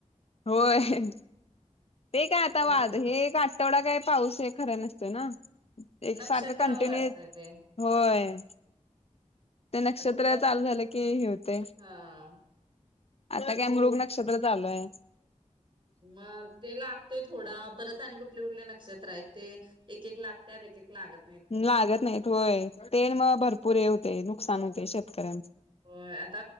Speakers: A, on the left; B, on the right.
A: होय तेठी काय आता
B: कारण
A: माझ हे का तेवढा काही पाऊस आहे खरा नसतो ना एक
B: नक्षत्रावर
A: सारखं कंटिन्यू
B: असतय ते
A: होय. ते नक्षत्र
B: तर कुठलं
A: चालू झालं की हे होते.
B: हा.
A: आता काय मृग नक्षत्र चालूय.
B: मग ते लागतोय थोडा परत आणि कुठले कुठले नक्षत्र आहेत. ते एक एक लागतत एक एक लागत नाही.
A: लागत नाहीत होय ते मग भरपूर हे होते नुकसान होते शेतकऱ्यांच
B: हो आता